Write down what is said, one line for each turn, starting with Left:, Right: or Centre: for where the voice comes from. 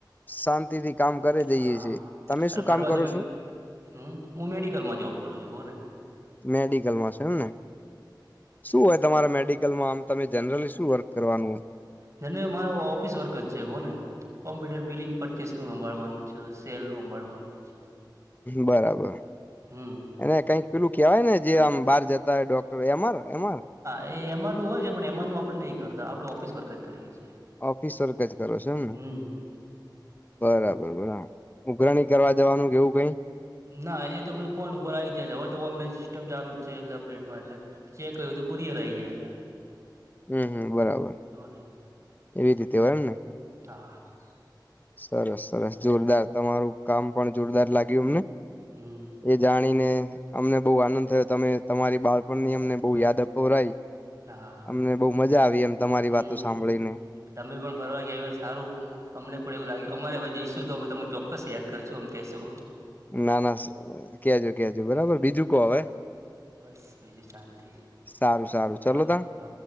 Left: શાંતિ થી કામ કરી
Right: હા
Left: જઈએ છીએ તમે
Right: અને
Left: શું
Right: ફરવા
Left: કામ કરો
Right: તો
Left: છો
Right: હ હું મેડિકલમાં જોબ કરું છું કહ ને?
Left: મેડિકલમાં છે એમ ને શું હોય તમારે મેડિકલમાં આમ તમે જનરલી શું વર્ક કરવાનું
Right: જેને મારો ઓફિસ વર્ક જ છે, કો ને? કોમ્પ્યુટર બિલિંગ પરચેસ નું સાંભાવાનું છે સેલ નું સાંભાળવાનું છે.
Left: બરાબર.
Right: હમ
Left: અને કઈ પેલું કેવાય ને જે આમ બહાર જતા હોય ડોક્ટર એમાર એમાર
Right: એમઆરનું હોય છે પણ એમઆરનું આપણેહીં કરતા આપણે ઓફિસ વર્ક જ કરીએ છીએ
Left: ઓફિસર્ક જ કરો છો એમને
Right: હમ
Left: બરાબર બરા ઉઘરાણી કરવા જવાનું કેવું કઈ
Right: ના એ તોી ફોન ઉપર આવી જયા છે હવે તો ઓનલાઈન સિસ્ટમ ચાલુ જ છે એટલે અપડેટ માં એટલે ચેક કર્યું તો કુરિયર આ આવી જાય એ
Left: હમ હમ બરાબર
Right: ને હ
Left: એવી રીતે હોય એમ ને
Right: હા
Left: સરસ સરસ જોરદાર તમારું કામ પણ જોરદાર લાગ્યું અમને
Right: હમ
Left: એ જાણીને અમને બહુ આનંદ થયો તમે તમારી બાળપણની અમને બહુ યાદ આપ રઈ
Right: હા
Left: અમને બહુ મજા આવી એમ તમારી
Right: હમ
Left: વાતો સાંભળીને
Right: તમે પણ ફરવા ગયા સારું અમને પણ એવું લાગ્યું અમારે હવે જઈશું તો અમે તમને ચોક્કસ યા કરશું અને કહીશું
Left: ના ના ક્યાજો ક્યાજુ બરાબર બીજું કો હવે
Right: બસ બીજું શાિ
Left: સારું સારું
Right: કો
Left: ચલો તા
Right: કો